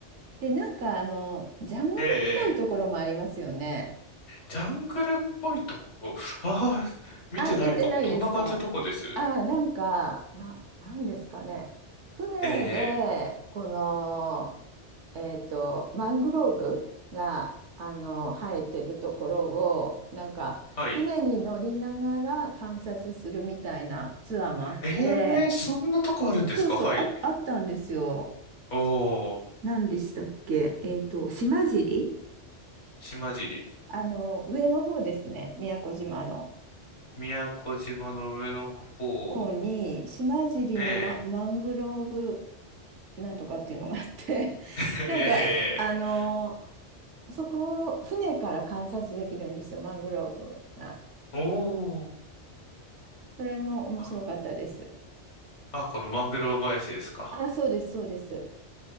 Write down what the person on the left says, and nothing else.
<laughs> ええ、ええジャングルっぽいところ、ああ、見てないかも。
どんな感じのとこです
ええ、ええ
はい。
ええ、そんなとこあるんですかはい。
おー、
島尻。
宮古島の上の方。
ええ。
ええ。
おー。
あ、あこのマングローブ林ですか。